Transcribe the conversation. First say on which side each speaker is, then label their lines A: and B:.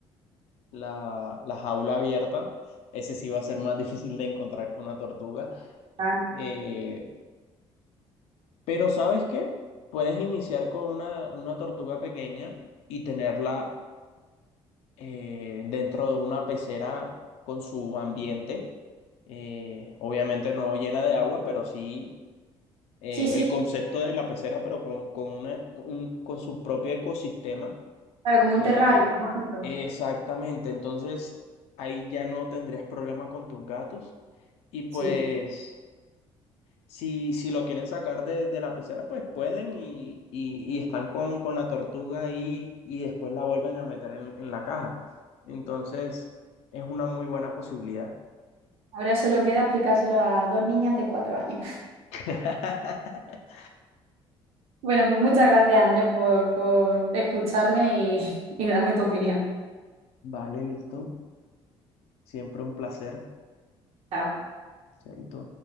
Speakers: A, on the left; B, on the right.
A: la, la jaula abierta. Ese sí va a ser más difícil de encontrar que una tortuga.
B: tal.
A: Eh, pero ¿sabes qué? Puedes iniciar con una, una tortuga pequeña y tenerla eh, dentro de una pecera con su ambiente. Eh, obviamente no llena de agua, pero sí eh,
B: Sí, sí,
A: el concepto de la pecera, pero con, con, una, un- con su propio ecosistema
B: claro, como
A: Eh,
B: un terrario, bonito.
A: exactamente, entonces ahí ya no tendrías problema con tus gatos. Y pues,
B: Sí.
A: si, si lo quieren sacar de, de la pecera, pues pueden y, y, y están con, con la tortuga ahí y después la vuelven a meter en, en la caja. Entonces, es una muy buena posibilidad.
B: Ahora solo queda explicárselo a dos niñas de cuatro años. <laughs>
A: <laughs>
B: Bueno, pues muchas gracias, Andrés, por, por escucharme y, <laughs> y darme tu opinión.
A: Vale, listo. Siempre un placer.
B: Chao.
A: Chaito.